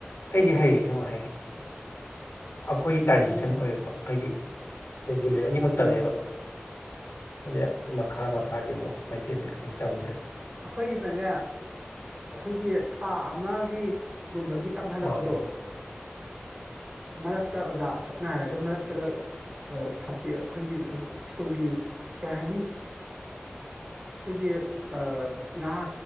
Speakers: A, on the left; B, on the right.
A: ꯑꯩ ꯍꯥꯏꯌꯦꯌꯦ ꯅꯤꯡꯃ ꯍꯥꯏꯌꯦ ꯑꯩꯈꯣꯏꯒꯤ ꯇ꯭ꯔꯦꯗꯤꯁꯟ
B: ꯎꯝ
A: ꯑꯣꯏꯌꯦꯕ ꯍꯥꯏꯗꯤ ꯕꯥꯟꯒꯂꯤ ꯏꯅꯤꯃꯛꯇꯏꯕ
B: ꯎꯝ
A: ꯑꯗꯦꯏ ꯃꯈꯥ
B: ꯍꯣꯏ
A: ꯃꯈꯥꯗꯤ
B: ꯍꯣꯏ
A: ꯑꯃꯨꯛ ꯃꯩꯇꯩ ꯃꯌꯦꯛ ꯀ ꯇꯝꯈ꯭ꯔꯦ
B: ꯑꯩꯈꯣꯏꯒꯤꯅꯅꯦ ꯑꯩꯈꯣꯏꯒꯤ ꯊꯥ ꯑꯃꯒꯤ ꯒꯨꯝꯕꯒꯤ ꯇꯝꯍꯜꯂꯛꯄꯗꯣ
A: ꯑꯪ
B: ꯃꯔꯛꯇ ꯑꯣꯖꯥꯈꯛ ꯉꯥꯏꯔꯒ ꯃꯔꯛꯇꯒ ꯁꯕꯖꯦꯛ ꯑꯩꯈꯣꯏꯒꯤ ꯁ꯭ꯀꯨꯜꯒꯤ ꯀꯩ ꯍꯥꯏꯅꯤ ꯑꯩꯈꯣꯏꯒꯤ ꯇ ꯅꯍꯥ